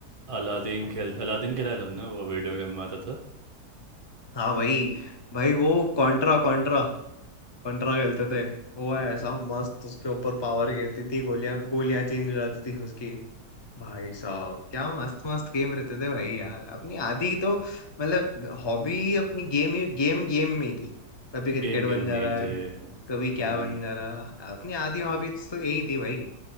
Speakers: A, on the right; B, on the left.
A: अलादीन खेल अलादीन खेला है तुमने वो वीडियो गेम में आता था
B: हाँ भाई भाई वो कॉन्ट्रा कॉन्ट्रा कॉन्ट्रा खेलते थे वो ऐसा मस्त उसके ऊपर पावर गिरती थी गोलियां गोलियां चेंज हो जाती थी उसकी भाई साहब क्या मस्त मस्त गेम रहते थे भाई यार अपनी आधी तो मतलब हॉबी अपनी गेम ही गेम गेम में ही थी कभी क्रिकेट
A: गेम गेम
B: बन
A: में
B: जा रहा
A: ही
B: है
A: थे हम्म,
B: कभी क्या बन जाना अपनी आधी हॉबीज तो यही थी भाई